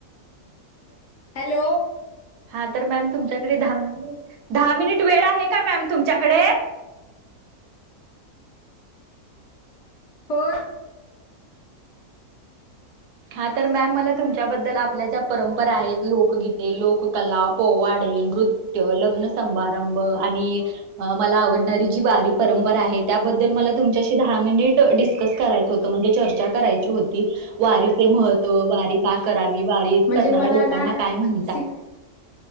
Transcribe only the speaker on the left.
हॅलो
हो
म्हणजे
मला
ना
सी